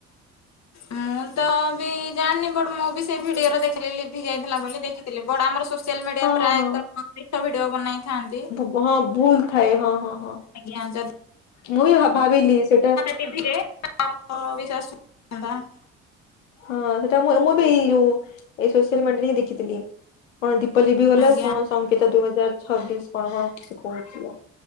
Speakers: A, on the left (about 45°); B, on the left (about 90°).
A: ମୁଁ ତ ବି ଜାଣିନି ବଟ ମୁଁ ବି ସେଇ ଭିଡିଓରେ ଦେଖିଲି ଲିଭି ଯାଇଥିଲା ବୋଲି ଦେଖି। ବଡ ଆମର ସୋସିଆଲ ମିଡିଆ
B: ହଁ
A: ପ୍ରାୟତଃ
B: ହଁ ହଁ
A: ମିଛ ଭିଡିଓ ବନେଇଥାନ୍ତି।
B: ହଁ ଭୁଲ ଥାଏ ହଁ ହଁ ହଁ
A: ଆଜ୍ଞା ଯଦି
B: ମୁଁ ବି ଭାବିଲି ସେଇଟା।
A: ବିଶ୍ୱାସତା <unintelligible>
B: ହଁ ସେଟା ମୁ ମୁଁ ବି ଏଇ ଯୋଉ ଏଇ ସୋସିଆ ମିଡିଆରେ ହିଁ ଦେଖିଥିଲି। କଣ ଦିପଜିଟି କଲା
A: ଆଜ୍ଞା
B: କଣ ସଂଙ୍କେତ ଦୁଇ ହଜାର ଛବିଶ କଣ କଣ କିଛି କହୁଥିଲା?